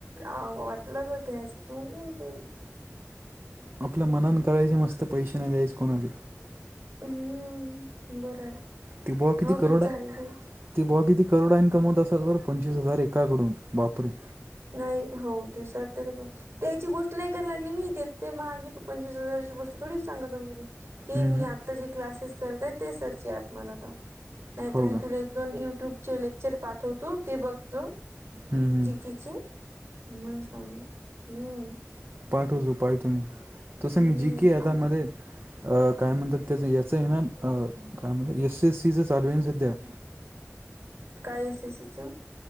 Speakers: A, on the right (about 65°); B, on the right (about 50°).
A: आ वाटलं तर घॅस मग. <inaudible>
B: आपल्या मनात करायचे मस्त पैश नाही द्यायचे कोणाले.
A: हम्म बरं आहे.
B: तू बॉ किती
A: हो
B: करोड
A: तू झाले
B: ती बा कि क करोडा इनकम होत असल तर पंचवीस हजार एकाकडून बापरे.
A: नाही हो ते सर तरी पण त्याची गोष्ट नाही करा लागली मी ते ते मागे तू पंचवीस हजार, गोष्ट थोडी सांग. <unintelligible> की
B: हम्म,
A: मी
B: हम्म.
A: आता जे क्लासेस करताय ते सरची ऍप म्हणत हा. नाही
B: हो
A: तर मी
B: का?
A: तुला एक दोन युट्यूबचे लेक्चर पाठवतो ते बघो जो.
B: हम् हम्.
A: किचेन मग सांगतो हम्म.
B: पाठवचो पाय तुमी तसं
A: हम्म
B: मी जीके
A: पा-
B: आता मध्ये, अ काय म्हणतात त्याच याच आहे ना काय म्हणतात एस सी एस सीच चालू आहे सध्या. <inaudible>
A: काय एस एसीचं?